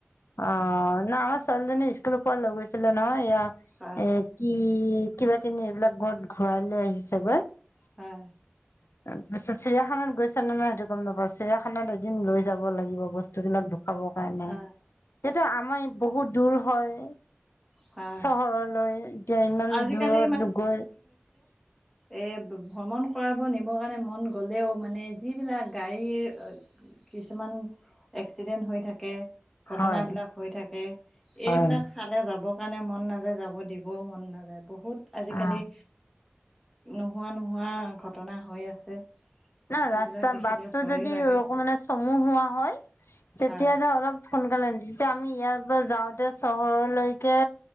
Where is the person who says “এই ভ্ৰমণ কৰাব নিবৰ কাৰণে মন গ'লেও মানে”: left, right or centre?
Centre